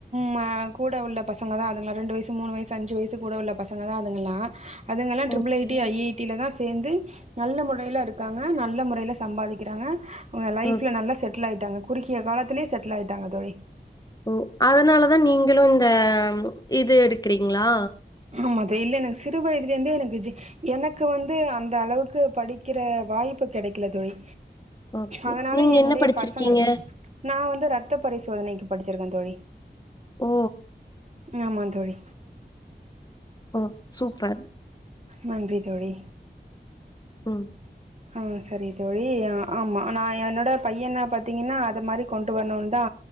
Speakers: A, on the right; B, on the left.
A: ம கூட உள்ள பசங்க தா அதுங்க ரெண்டு வயசு மூணு வயசு அஞ்சு வயசு கூட உள்ள பசங்க தா அதுங்கலா அதுங்கல்லா triple
B: okay
A: I T I I டில தா சேந்து நல்ல முறைல இருக்காங்க நல்ல முறைல சம்பாதிக்கிறாங்க அவங்க லைஃப்ல
B: ஓகே
A: நல்லா செட்டில் ஆகிட்டாங்க குறுக்கிய காலத்லயே செட்டில் ஆகிட்டாங்க தோழி
B: ஓ அதுனாலதா நீங்களு இந்த இது எடுக்றீங்ளா
A: ஆமாது இல்ல எனக்கு சிறு வயதிலே இருந்தே எனக்கு ஜி எனக்கு வந்து அந்த அளவுக்கு படிக்கிற வாய்ப்பு கிடைக்கல தோழி
B: ஓகே
A: அதுனால
B: நீங்க
A: என்னுடைய
B: என்ன படிச்சிருக்கீங்க
A: பசங்கள நா வந்து ரத்த பரிசோதனைக்கு படுச்சிருக்கே தோழி
B: ஓ
A: ஆமாந் தோழி
B: ஓ சூப்பர்
A: நன்றி தோழி
B: ம்
A: ஆ சரி தோழி ஆமா நா என்னோட பையன பார்த்தீங்கன்னா அது மாரி கொண்டு வரணுன் தா